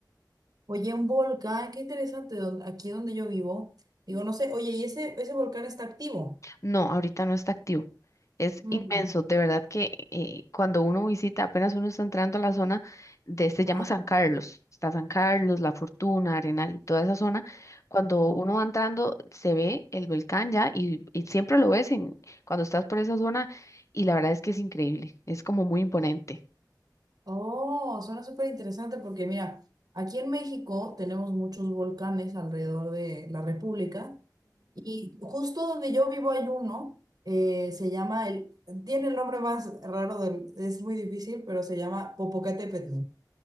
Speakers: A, on the right; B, on the left.
A: Oye, un volcán, qué interesante, don- aquí donde yo vivo. Digo, no sé, oye, ¿y ese, ese volcán está activo?
B: No, ahorita no está activo. Es
A: Mm,
B: inmenso, de verdad que eh, cuando uno visita, apenas uno está entrando a la zona de, se
A: Ajá,
B: llama San Carlos, está San Carlos, La Fortuna, Arenal y toda esa zona. Cuando
A: ajá.
B: uno va entrando, se ve el volcán ya y, y siempre lo ves en, cuando estás por esa zona y la verdad es que es increíble, es como muy imponente.
A: Oh, suena súper interesante porque mira, aquí en México tenemos muchos volcanes alrededor de la República y justo donde yo vivo hay uno, eh, se llama el, tiene el nombre más raro del, es muy difícil, pero se llama Popocatépetl.